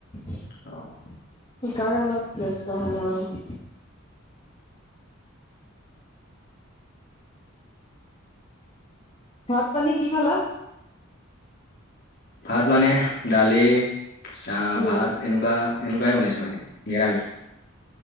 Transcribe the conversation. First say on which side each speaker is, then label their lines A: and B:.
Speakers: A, on the left; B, on the left.
A: সেইকাৰণে
B: অ
A: অলপ ব্যস্ত হ'লো আৰু। ভাত পানী কি খালা?
B: ভাত মানে দালি চাহ
A: উম।
B: ভাত এনেকুৱা এনেকুৱাই বনাইছে মানে নিৰামিষ।